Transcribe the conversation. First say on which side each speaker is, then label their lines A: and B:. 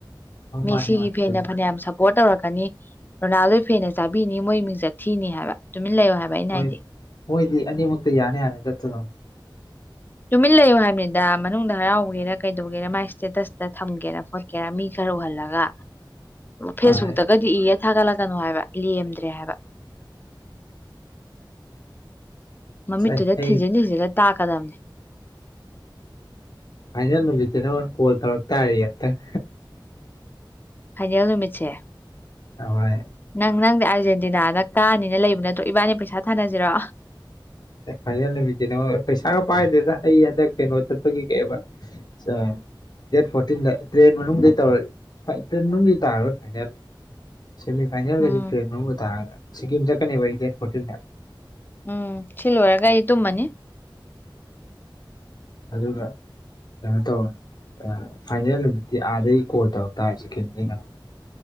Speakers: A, on the left (about 55°); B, on the left (about 25°).
A: ꯍꯣꯏ
B: ꯃꯦꯁꯤꯒꯤ
A: ꯃꯥꯅꯦ ꯃꯥꯅꯦ
B: ꯐꯦꯟꯅ
A: ꯆꯨꯝꯃꯦ
B: ꯐꯅꯌꯥꯝ ꯁꯄꯣꯠ ꯇꯧꯔꯛꯀꯅꯤ ꯔꯣꯅꯥꯜꯗꯣ ꯐꯦꯟꯅ ꯆꯥꯕꯤꯅꯤ ꯃꯣꯏ ꯃꯤꯡ ꯆꯠ ꯊꯤꯅꯤ ꯍꯥꯏꯕ ꯇꯨꯃꯤꯟ ꯂꯩꯌꯣ ꯍꯥꯏꯕ ꯑꯩꯅ
A: ꯍꯣꯏ
B: ꯍꯥꯏꯗꯤ
A: ꯃꯣꯏꯗꯤ ꯑꯅꯤꯃꯛꯇ ꯌꯥꯅ ꯌꯥꯅ ꯆꯠꯀꯗꯧꯅꯦ
B: ꯇꯨꯃꯤꯟ ꯂꯩꯌꯣ ꯍꯥꯏꯕꯅꯤꯗ ꯃꯅꯨꯡꯗ ꯍꯔꯥꯎꯕꯒꯦꯔ ꯀꯩꯗꯒꯦꯔꯥ ꯃꯥꯏ ꯏꯁꯇꯦꯇꯁ ꯊꯝꯒꯦꯔꯥ ꯈꯣꯠꯀꯦꯔꯥ ꯃꯤ ꯈꯔ ꯎꯍꯜꯂꯒ ꯐꯦꯁꯕꯨꯛꯇ
A: ꯑꯥ
B: ꯀꯒꯗꯤ ꯏꯔꯒꯦ ꯊꯥꯒꯠꯂꯛꯀꯅꯣ ꯍꯥꯏꯕ ꯂꯦꯝꯗ꯭ꯔꯦ ꯍꯥꯏꯕ ꯃꯃꯤꯠꯇꯨꯗ
A: ꯑꯁ ꯑꯩ ꯑꯩ
B: ꯊꯤꯟꯖꯤꯟ ꯊꯤꯟꯖꯤꯜꯂ ꯇꯥꯛꯀꯗꯕꯅꯦ
A: ꯐꯥꯏꯅꯦꯜ ꯅꯨꯃꯤꯠꯇ ꯀꯣꯜ ꯇꯥꯔꯛꯇꯥꯔꯤ ꯑꯝꯇꯪ
B: ꯐꯥꯏꯅꯦꯜ ꯅꯨꯃꯤꯠꯁꯦ
A: ꯍꯣꯏ
B: ꯅꯪ ꯅꯪꯗꯤ ꯑꯥꯔꯖꯦꯟꯇꯤꯅꯥꯗ ꯀꯥꯅꯤꯅ ꯂꯩꯕ ꯅꯠꯇ꯭ꯔꯣ ꯏꯕꯥꯅꯤ ꯄꯩꯁꯥ ꯊꯥꯅꯁꯤꯔꯣ
A: ꯐꯥꯏꯅꯦꯜ ꯅꯨꯃꯤꯠꯇꯤ ꯅꯉꯣꯟ ꯄꯩꯁꯥꯒ ꯄꯥꯏꯗꯦꯗ ꯑꯩ ꯍꯟꯗꯛ ꯀꯩꯅꯣ ꯆꯠꯄꯒꯤ ꯀꯩꯌꯦꯕ ꯑꯆꯥ ꯗꯦꯠ ꯐꯣꯔꯇꯤꯟꯗ ꯇ꯭ꯔꯦꯟ ꯃꯅꯨꯡꯗ ꯇꯧꯔꯁꯦ ꯇ꯭ꯔꯦꯟ ꯃꯅꯨꯡꯗꯤ ꯇꯥꯔꯣꯏ ꯐꯥꯏꯅꯦꯜ ꯁꯦꯃꯤ ꯐꯥꯏꯅꯦꯜꯒꯗꯤ
B: ꯎꯝ
A: ꯇ꯭ꯔꯦꯟ ꯃꯅꯨꯡ ꯇꯥꯒꯗ꯭ꯔꯥ ꯁꯤꯀꯤꯝ ꯆꯠꯀꯅꯦꯕ ꯑꯩ ꯗꯦꯠ ꯐ꯭ꯔꯣꯇꯤꯟꯗ
B: ꯎꯝ ꯁꯤ ꯂꯣꯏꯔꯒ ꯑꯩ ꯇꯨꯝꯃꯅꯤ
A: ꯑꯗꯨꯒ ꯀꯩꯅꯣ ꯇꯧꯔꯅꯤ ꯑ ꯐꯥꯏꯅꯦꯜ ꯅꯨꯃꯤꯠꯇꯤ ꯑꯥꯗꯩ ꯀꯣꯜ ꯇꯧꯔꯛ ꯇꯥꯔꯦ ꯁꯤꯀꯤꯝꯗꯩ ꯅꯉꯣꯟꯗ